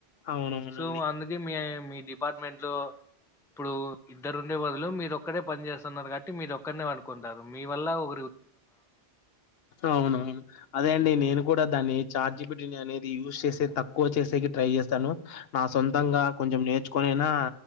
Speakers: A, on the left; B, in the centre.
A: అవునవునండి
B: సో అందుకే మీ మీ డిపార్ట్మెంట్ లో ఇప్పుడు ఇద్దరు ఉండే బదులు మీరోక్కడే పని చేస్తున్నారు కాట్టి మీరు క్కన్నీ అనుకుంటరు మీ వల్ల ఒక
A: అవునువును అదే అండి నేను కూడా దాన్ని చార్జిబిలిటీ అనేది యూస్చేసే తక్కువ చేసేకి ట్రై చేస్తాను నా సొంతంగా కొంచెం నేర్చుకొనైనా